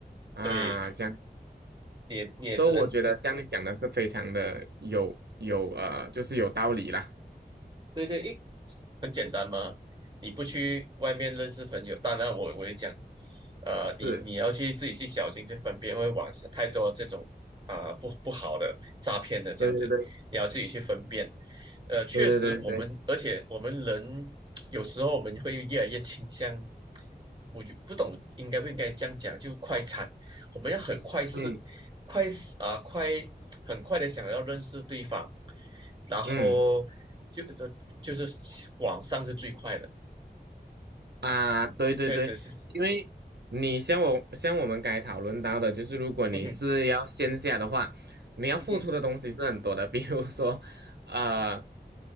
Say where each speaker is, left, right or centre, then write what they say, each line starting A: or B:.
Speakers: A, on the right (about 80°); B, on the right (about 25°).
A: 啊，
B: 对，
A: 这样。
B: 也也只能
A: 所以我觉得像你讲的是非常的有有呃，就是有道理啦。
B: 对对，一很简单嘛，你不去外面认识朋友，当然我我也讲，呃，
A: 是。
B: 你你要去自己去小心去分辨，因为网上太多这种啊、不不好的诈骗的这样子，
A: 对对对
B: 你要自己去分辨。呃，确实我们，
A: 对对对对，
B: 而且我们人有时候我们会越来越倾向，我就不懂应该不应该这样讲，就快餐，我们要很快是
A: 嗯
B: 快是啊、快很快的想要认识对方，然后就
A: 嗯
B: 就是网上是最快的，
A: 啊，对对对，
B: 确实是，
A: 因为你像我像我们刚才讨论到的，就是如果你是要线下的话，
B: <laughs> 嗯哼，
A: 你要付出的东西是很多的，
B: 嗯哼，
A: <laughs> 比如说，呃，